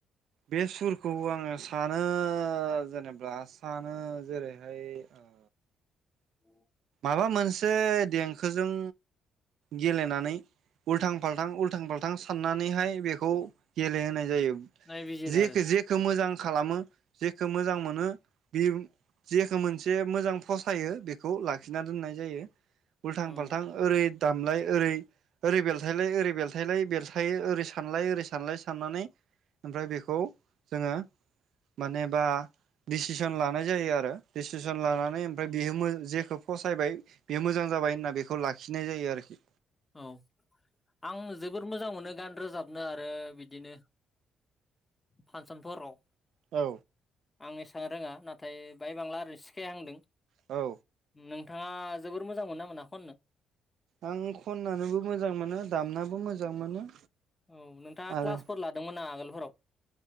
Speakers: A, on the right; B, on the left.
A: बे सुरखौ आङो सानो जेनेबा सानो जेरैहाय ओ
B: अ
A: माबा मोनसे देंखोजों गेलेनानै उल्थां फाल्थां
B: उम
A: उल्थां फाल्थां साननानैहाय बेखौ गेलेहोनाय जायो
B: नायबिजिर
A: जेखो
B: आरो
A: जेखौ मोजां खालामो जे- खो मोजां मोनो बे जेखो मोनसे मोजां फसायो बेखौ लाखि लाखिना दोननाय जायो उल्थां
B: औ
A: फाल्थां ओरै दामलाय ओरै ओरै बेलथायलाय ओरै बेलथायलाय बेलथायो ओरै सानलाय ओरै सानलाय साननानै ओमफ्राय बेखौ
B: औ
A: जोङो मानेबा डिसिसन लानाय जायो आरो दिसिसन एदमिस्वन लानानै ओमफ्राय
B: उम
A: बियो मो जेखौ फसायबाय बेयो मोजां जाबाय होनना बेखौ लाखिनाय जायो आरोखि
B: औ आं जोबोद मोजां मोनो गान रोजाबनो आरो बिदिनो फानसनफोराव
A: औ
B: आं एसां रोङा नाथाय बाय बांला ओरै सिखायहांदों
A: औ
B: नोंथाङा जोबोर मोजां मोनोना मोना खननो
A: आं खननानैबो मोजां मोनो दामनाबो मोजां मोनो।
B: औ नोंथांङा
A: आरो
B: क्लासफोर लादोंमोन ना मा आगोलफोराव?